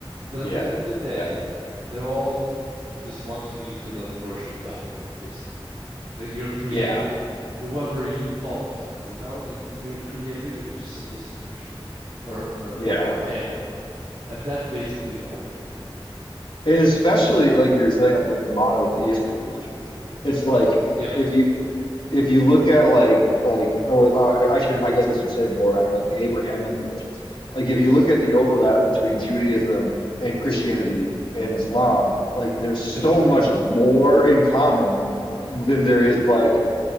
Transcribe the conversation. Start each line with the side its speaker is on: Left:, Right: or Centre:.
Right: but at
Left: Yeah,
Right: the end of the day
Left: yeah,
Right: they're all just wanting you to like worship God basically that your creator
Left: Yeah, yeah,
Right: whoever you call God you know that your creator you're just supposed to worship him or or
Left: yeah.
Right: or a, and that's basically the whole point
Left: And especially like you were saying, like with the monotheistic religions, it's like
Right: Y- yep
Left: if you if you look at like like or uh, I should I guess I should say more ac- like the Abrahamic religions. Like if
Right: yes
Left: you look at the overlap between Judaism and Christianity and Islam, like there's so
Right: It's crazy.
Left: much more in common than there is like